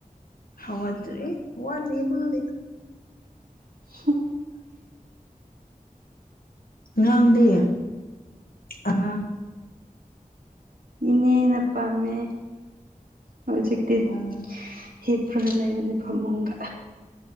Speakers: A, on the left; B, on the right.
A: ꯍꯧꯒꯠꯇ꯭ꯔꯤ ꯋꯥꯠꯂꯤ ꯃꯥꯗꯤ
B: <inaudible>
A: ꯉꯥꯡꯗꯤ ꯑꯉꯥꯡ
B: ꯏꯅꯦꯅ ꯄꯝꯃꯦ ꯍꯧꯖꯤꯛꯇꯤ
A: ꯑꯣ
B: ꯍꯤꯞꯄ꯭ꯔꯒ ꯂꯩꯕꯅꯦ ꯐꯃꯨꯡꯗ